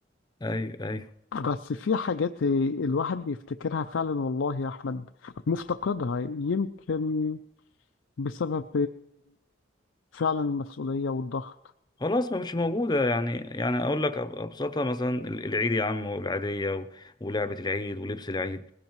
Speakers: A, on the left; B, on the left.
A: ايوه ايوه
B: بس في حاجات الواحد بيفتكرها فعلا والله يا احمد مفتقدها يمكن بسبب فعلا المسؤولية والضغط
A: خلاص ما مش موجودة يعني يعني أقول لك أب- أبسطها مثلا ال- العيد يا عم والعيدية و- ولعبة العيد ولبس العيد